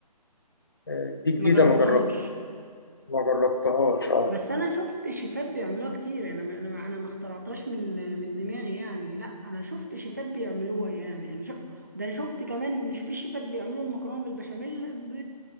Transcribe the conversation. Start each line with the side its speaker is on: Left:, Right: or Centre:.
Left: آه، دي جديده
Right: ما جربتهاش
Left: ما جربت ما جربتهاش اه
Right: بس انا شفت شيفات بيعملوها كتير يعني انا ما- انا ما- انا ما اخترعتهاش من من دماغي يعني لا انا شفت شيفات بيعملوها يعني انا شف... ده انا شفت كمان إن في شيفات بيعملوا المكرونه بالبشاميل ب...